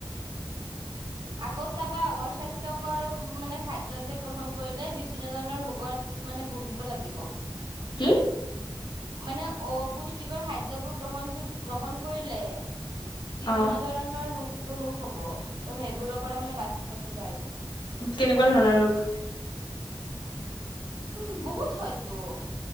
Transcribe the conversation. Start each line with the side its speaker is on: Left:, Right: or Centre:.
Right: আকৌ চাবা অস্বাস্থ্যকৰ মানে খাদ্য যে গ্ৰহন কৰিলে বি বিভিন্ন ধৰণৰ ৰোগত মানে ভুগিব লাগিব।
Left: কি?
Right: মানে অপুষ্টিকৰ খাদ্যবোৰ গ্ৰহণ য গ্ৰহণ কৰিলে বিভিন্ন
Left: অ
Right: ধৰণৰ ৰোগ ৰোগ হ'ব ত' সেইবোৰৰ পৰা মানে বাচি থাকিবা আৰু।
Left: কেনেকুৱা ধৰণৰ ৰোগ?
Right: উ' বহুত হয়তো